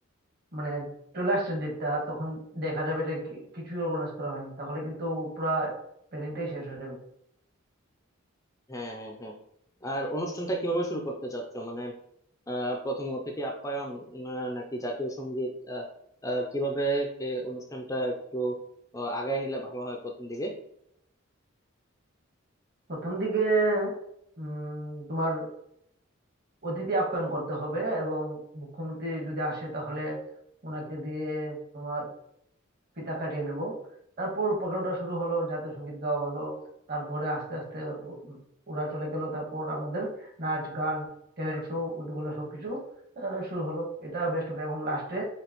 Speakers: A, on the right (about 45°); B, on the left (about 15°).
A: মানে চলে আসছে ডেটটা তখন দেখা যাবে যে কি- কিছুই অর্গানাইজ করা হয়নি তাহলে কিন্তু পুরা প্ল্যানিংটাই শেষ হয়ে যাবে
B: হ্যাঁ হ্যাঁ হ্যাঁ আর অনুষ্ঠানটা কিভাবে শুরু করতে চাচ্ছ মানে আহ প্রথম অতিথি আপ্যায়ন আহ, নাকি জাতীয় সঙ্গীত আহ আহ, কিভাবে এ, অনুষ্ঠানটা একটু আহ, আগায় নিলে ভালো হয় প্রথম দিকে
A: প্রথম দিকে উম তোমার অতিথি আপ্যায়ন করতে হবে এবং মুখ্যমন্ত্রী যদি আসে তাহলে ওনাকে দিয়ে তোমার ফিতা কাটিয়ে নেব তারপর প্রোগ্রামটা শুরু হলো জাতীয় সঙ্গীত গাওয়া হলো তারপরে আস্তে আস্তে ও- ওরা চলে গেল তারপর আমাদের নাচ গান ট্যালেন্ট শো ওগুলো সবকিছু আহ, শুরু হলো এটা বেস্ট হবে এবং লাস্টে